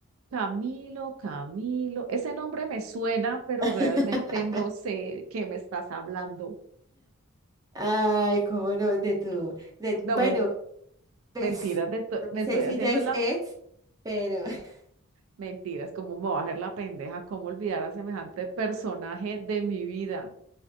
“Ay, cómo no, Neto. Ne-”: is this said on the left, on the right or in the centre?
Right